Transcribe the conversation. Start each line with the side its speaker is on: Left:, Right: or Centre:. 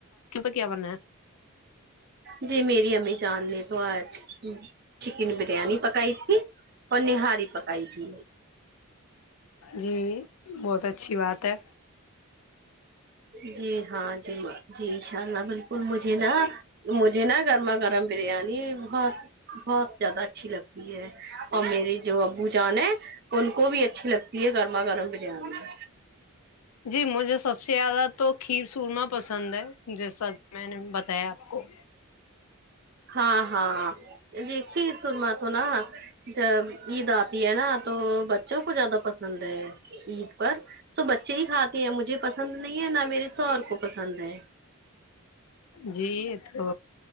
Left: آپ کیابنایا
Right: جی میری امی جان نے تو آج چکن بریانی پکائی تھی اور نہاری پکائی تھی
Left: جی بہت اچھی بات ہے
Right: جی ہاں جی جی ان شاء اللہ بالکل مجھے نا مجھے نا گرما گرم بریانی بہت بہت زیادہ اچھی لگتی ہے اور میری جو ابو جان ہے ان کو بھی اچھی لگتی ہے گرما گرم بریانی
Left: جی مجھے سب سے زیادہ تو کھیر سورما پسند ہے جیسا میں نے بتایا آپ کو
Right: ہاں ہاں جی کھیر سورما تو نہ جب عید آتی ہے نا تو بچوں کو زیادہ پسند ہے عید پر تو بچے ہی کھاتے ہیں مجھے پسند نہیں ہے نہ میرے شوہر کو پسند ہے
Left: جی یہ تو